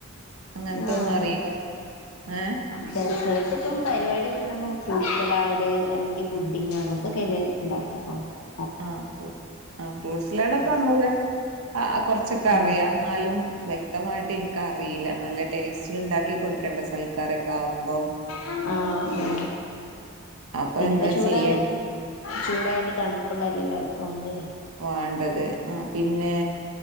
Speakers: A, on the right (about 85°); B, on the left (about 80°).
A: അങ്ങനത്തെ
B: ആഹ്
A: ഒന്നും അറിയില്ല ഏഹ്
B: ഡെസേർട്ട് ഇപ്പം പരിപാടിയൊക്കെ ഉണ്ടാവുമ്പോ ഫ്രൂട്ട് സലാഡ് അല്ലെങ്കിൽ പുഡിങ് അങ്ങനത്തൊക്കെ അല്ലെ ഇണ്ടാക്കാ <unintelligible>
A: ആഹ് ഫ ആഹ് ഫ്രൂട്ട്സിലടൊക്കെ നമ്മുക്ക് കുറച്ചൊക്കെ
B: ആഹ്
A: അറിയാം എന്നാലും വ്യക്തമായിട്ട് എനിക്ക്റിയില്ല നല്ല ടേസ്റ്റ ഉണ്ടാക്കി കൊടുക്കേണ്ട സൽക്കാരൊക്കെ ആകുമ്പോൾ
B: ആഹ് ആഹ്
A: അപ്പൊ
B: പിന്നെപ്പ
A: എന്താ
B: ചൂടായോണ്ട്
A: ചെയ്യേ
B: ചൂടായണ്ട് തണുപ്പുള്ളല്ല എല്ലാവർക്കും വണ്ടി വരാ
A: വേണ്ടത് ആഹ് പിന്നെ